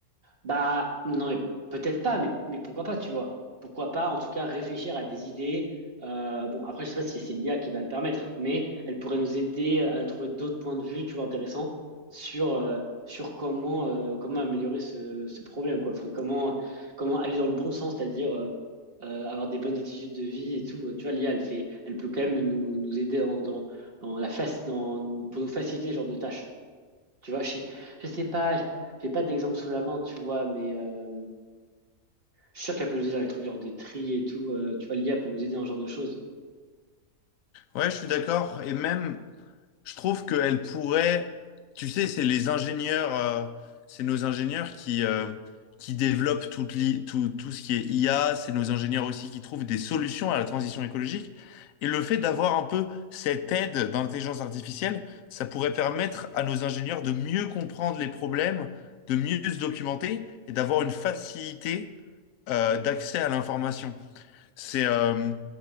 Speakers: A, on the right (about 40°); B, on the left (about 70°).
A: Bah, non, mais peut-être pas, mais, mais pourquoi pas, tu vois. Pourquoi pas, en tout cas, réfléchir à des idées. Euh, bon, après, je sais pas si c'est l'IA qui va le permettre, mais elle pourrait nous aider à trouver d'autres points de vue, tu vois, intéressants sur, euh, sur comment, euh, comment améliorer ce, ce problème, quoi. Enfin, comment, comment aller dans le bon sens, c'est-à-dire euh, euh, avoir des bonnes attitudes de vie et tout. Euh, Tu vois, l'IA, elle fait, elle peut quand même nous, nous aider dans, dans, dans la face, dans, pour nous faciliter ce genre de tâches. Tu vois, je sais, je sais pas, j'ai pas d'exemple sous la main, tu vois, mais euh, je suis sûr qu'elle peut nous aider dans les trucs genre des tris et tout. euh, tu vois, l'IA peut nous aider dans ce genre de choses.
B: ouais, je suis d'accord. Et même, Je trouve qu'elle pourrait, tu sais, c'est les ingénieurs, euh, c'est nos ingénieurs qui, euh, qui développent toute l'i- tout, tout ce qui est IA, c'est nos ingénieurs aussi qui trouvent des solutions à la transition écologique. Et le fait d'avoir un peu cette aide d'intelligence artificielle, ça pourrait permettre à nos ingénieurs de mieux comprendre les problèmes, de mieux se documenter et d'avoir une facilité, euh, d'accès à l'information. C'est euh,